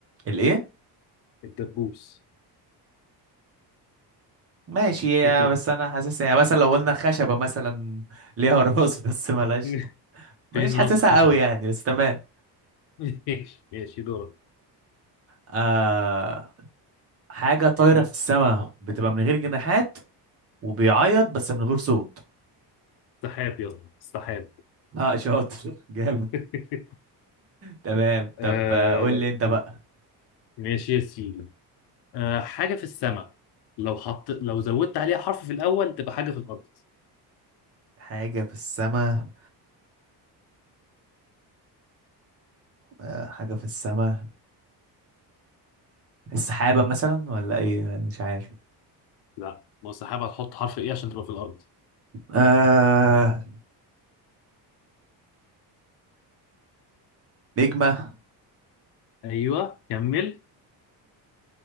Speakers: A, on the right; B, on the left.
A: الايه
B: الدبوس
A: ماشي يا-
B: الدب
A: بس انا حاسسها يعني مثلا لو قلنا خشبة مثلا ليها <laughs> راس بس ملهاش
B: <laughs>
A: مش
B: فين
A: حاسسها
B: راس الخشبه
A: قوي يعني بس تمام
B: <laughs> ماشي ماشي دورك
A: آه حاجة طايرة في السماء بتبقى من غير جناحات وبيعيط بس من غير صوت
B: سحاب يلا سحاب
A: اه شاطر <laughs> جامد
B: <laughs>
A: تمام
B: آه
A: طب آه، قول لي انت بقى
B: ماشي يا سيدي آه حاجة في السماء لو حط لو زودت عليها حرف في الأول تبقى حاجة في الأرض
A: حاجة في السماء آه، حاجة في السماء السحابة مثلا ولا ايه أنا مش عارف
B: لا ما هو السحاب هتحط حرف إيه عشان تبقى في الأرض
A: آه نجمة
B: أيوه كمل